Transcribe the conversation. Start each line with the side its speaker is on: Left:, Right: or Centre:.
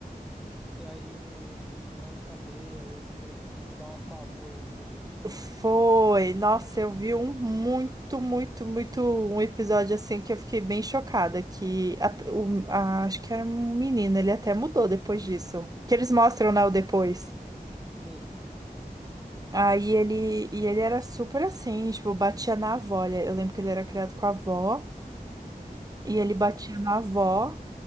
Centre: Que aí o- eles vão lá na cadeia e os presos começam a dar um apavoro neles.
Right: Foi, nossa, eu vi um muito, muito, muito, um episódio assim que eu fiquei bem chocada, que a- o- a- acho que era um menino, ele até mudou depois disso. Que eles mostram, né, o depois.
Centre: Sim.
Right: Aí ele, e ele era super assim, tipo, batia na avó. Ele- Eu lembro que ele era criado com a avó, e ele batia
Centre: Nossa.
Right: na avó.